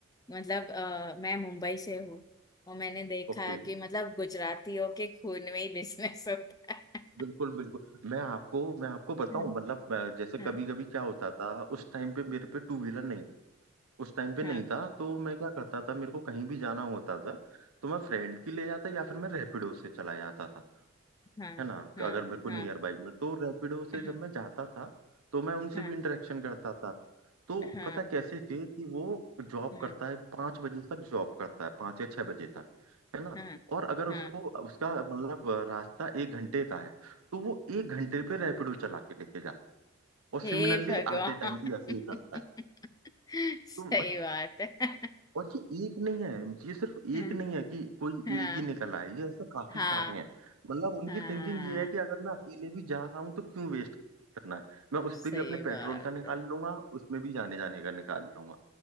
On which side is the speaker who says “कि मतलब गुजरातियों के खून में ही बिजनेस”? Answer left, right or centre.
Left